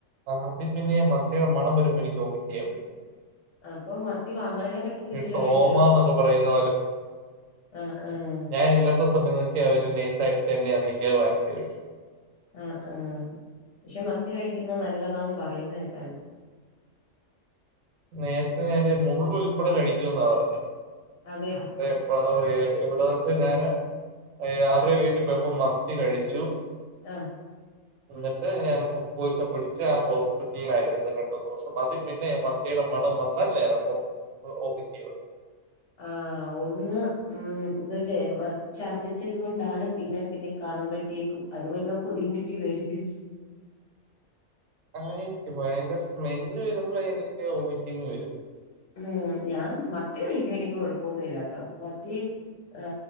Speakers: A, on the right (about 85°); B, on the left (about 60°).
A: അതി പിന്നെയെ മത്തി മണം വരുമ്പോ എനിക്ക് ഒമിറ്റ് ചെയ്യാൻ പറ്റും
B: അപ്പൊ മത്തി വാങ്ങാനേ പറ്റത്തില്ലല്ലോ
A: ഈ ട്രോമാന്നൊക്കെ
B: വീട്ടില്
A: പറയുന്ന
B: ആഹ് ആഹ്
A: ഞാാന് ഇല്ലാത്ത സ സമയം നോക്കി അവര് നൈസ ആയിട്ട് എന്നെ അറിയിക്കാൻ വാങ്ങിച്ച് കഴിക്കും
B: ആഹ് ആഹ് പക്ഷെ മത്തി കഴിക്കുന്നത് നല്ലതാന്ന് പറയുന്നത്കേക്കലോ
A: നേരത്തെ ഞാൻ മുള്ള് ഉൾപ്പെടെ കഴിക്കുന്നപറഞ്ഞെ
B: അതെയാ
A: എപ്പോള എവിടെ വെച്ചു ഞാന് ആരുടെ
B: ആഹ്
A: വീട്ടിൽ പോയപ്പോ മത്തി കഴിച്ചു
B: ആഹ്
A: എന്നിട്ട് ഞാൻ ഫുഡ് പോയിസൺ പിടിച്ച് ആ ഹോസ്പിറ്റലിലായിരുന്നു രണ്ടു ന്ന് ദിവസം അതിൽ പിന്നെ ഞാൻ മത്തിയുടെ മണം വന്നാൽ ഞാൻ അപ്പോ ഒമിറ്റ്ചെയ്യുവാ
B: ആ ഒന്ന് മം ഇത് ചെയ്യാം ഛർദ്ദിച്ചത് കൊണ്ടാണ് പിന്നെ പിന്നെ കാണുമ്പോഴത്തേക്കും അത് വല്ല കൊതിയും കിട്ടിയതായിരിക്കും
A: ആയിരിക്കും അതിന്റെ സ്മെല്ല് വരുമ്പോൾ എനിക്ക് ഒമിറ്റിങ് വരും
B: ഉം ഞാൻ മത്തി കഴിക്കും എനിക്ക് കൊഴപ്പൊന്നുമല്ലട്ടോ മത്തി ആ